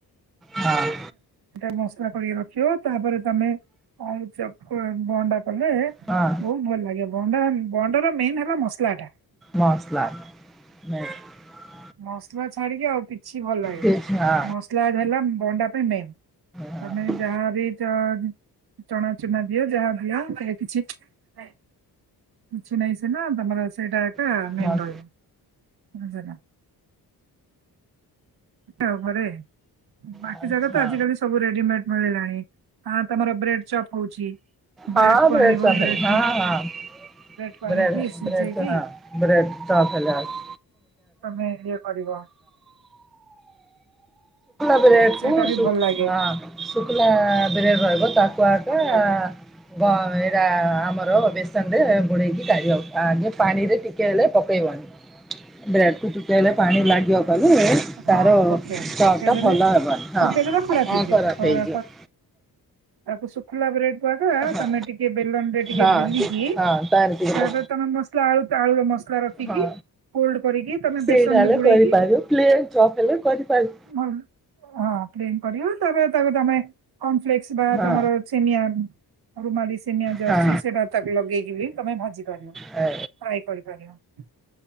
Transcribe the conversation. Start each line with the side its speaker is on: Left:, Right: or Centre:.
Centre: ହଁ।
Right: ଏଟା ମସଲା କରିକି ରଖିବ ତାପରେ ତମେ ଆଳୁ ଚପ୍ କୁ ଭଅଣ୍ଡା କଲେ
Centre: ହଁ।
Right: ବହୁତ ଭଲ ଲାଗେ ବଣ୍ଡା ବଣ୍ଡାର ମେନ୍ ହେଲା ମସଲାଟା।
Centre: ମସଲା। <inaudible>
Right: ମସଲା ଛାଡିକି ଆଉ କିଛି ଭଲ ଲାଗେନି
Centre: ଠିକ୍ ହଁ
Right: ମସଲା ଟା ହେଲା ବଣ୍ଡା ପାଇଁ ମେନ୍।
Centre: ହଁ
Right: ତମେ ଯାହାବି ଚ ଚଣା ଚୁଣା ଦିଅ ଯାହା ଦିଅ ସେ କିଛି କିଛି ନାହିଁ ସିନା ତମର ସେଇଟା ଏଟା
Centre: ମସ
Right: ମେନ୍ ର <unintelligible> <unintelligible> ଘରେ। ବାକି
Centre: ଆଚ୍ଛା
Right: ଜାଗ ତ ଆଜିିକାଲି ସବୁ ରେଡିମେଡ ମିଳିଲାଣି ଆ ତମର ବ୍ରେଡ ଚପ୍ ହଉଛି। ବ୍ରେଡ
Centre: ହଁ
Right: କୁ
Centre: ବ୍ରେଡ଼
Right: ଆଣିବ
Centre: ଚପ୍
Right: ବ୍ରେଡ
Centre: ହଉଚି ହଁ
Right: କୁ
Centre: ହଁ
Right: କୁ ଆଣିକି
Centre: ବ୍ରେଡ
Right: ସିଝେଇକି
Centre: ବ୍ରେଡ ଚ ହଁ। ବ୍ରେଡ଼ ଚପ୍ ହେଲା <unintelligible>
Right: ତମେ ଇଏ କରିବ
Centre: ବ୍ରେଡ଼ କୁ
Right: ସେଇଟା ବି ଭଲ ଲାଗେ
Centre: ହଁ ଶୁଖିଲ ବ୍ରେଡ଼ ରହିବ ତାକୁ ଆକା
Right: କରିବାକୁ
Centre: ବ ଏଇଟା ଆମର ବେସନ ରେ ବୁଡ଼େଇକି କାଢ ଆଗେ ପାଣି ରେ ଟିକେ ହେଲେ ପକେଇବନି।
Right: ଁ
Centre: ବ୍ରେଡ କୁ ଚୁକେଇଲେ ପାଣି ଲାଗିବ କରି
Right: ହଁ
Centre: ତାର
Right: ପକେଇବ
Centre: ଚପ୍
Right: ପକେଇଦେଲେ
Centre: ଟା ଭଲ ହେବନି
Right: ପକେଇ
Centre: ହଁ
Right: ଦେଲେ ଖରାପ
Centre: ହଁ
Right: ହେଇଯିବ
Centre: ଖରାପ
Right: ଖରା
Centre: ହେଇଯିବ।
Right: ତାକୁ ଶୁଖୁିଲା ବ୍ରେଡ କ ଆଗ
Centre: ହଁ
Right: ତମେ ଟିକେ ବେଲନ ରେ ଟିକେ
Centre: ହଁ
Right: ବେଲିକି
Centre: ହଁ ତାର ଟିକେ
Right: ତାପରେ ତମେ ମସଲା ଆଳୁ କ ଆଳୁର ର ମସଲା ରଖିକି
Centre: ହଁ
Right: କୋଲ୍ଡ କରିକି ତମେ
Centre: ସେଇଟା
Right: ବେସନ
Centre: ହେଲେ
Right: ରେ ବୁଡେଇକି
Centre: କରିପାରିବ ପ୍ଲେନ୍ ଚପ୍ ହେଲେ କରିପାରିବ
Right: ହଁ। ହଁ ପ୍ଲେନ୍ କରିବ ତାପରେ ତାକୁ ତମେ କର୍ନଫ୍ଲେକ୍ସ ବା
Centre: ହଁ
Right: ତମର <unintelligible> ରୁମାଳି ସିନିଆ ଯ
Centre: ହଁ
Right: ଆସଛି ସେଟା ତାକୁ ଲଗେଇକି ବି ତମେ ଭାଜି ପାରିବ
Centre: ହଁ
Right: ଫ୍ରାଏ କରିପାରିବ।